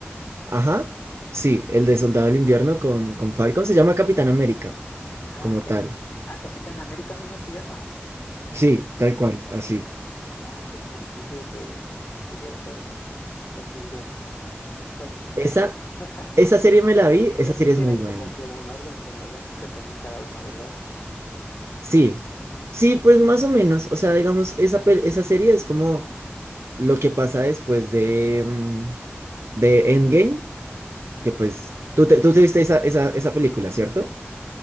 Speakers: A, on the right; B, on the left.
A: Ajá, sí, el de Soldado del Invierno con, con Falcon se llama Capitán América,
B: Ah,
A: como tal.
B: Cap- ah, Capitán América mismo se llama. Ah,
A: Sí, tal cual, así.
B: ah, genial, tendría que, que ver cuál, cuál tendría, eh, cuál me queda,
A: Esa,
B: ¿no? <laughs>
A: esa serie me la
B: Porque
A: vi, esa
B: creo
A: serie
B: que tienen
A: es muy buena.
B: como que un orden cronológico también cada una, ¿verdad?
A: Sí,
B: Es como-
A: sí, pues más o menos. O sea, digamos, esa, pel- esa serie es como lo que pasa después de, mm, de Endgame, que pues
B: es-
A: tú te, tú te viste esa, esa, esa película, ¿cierto?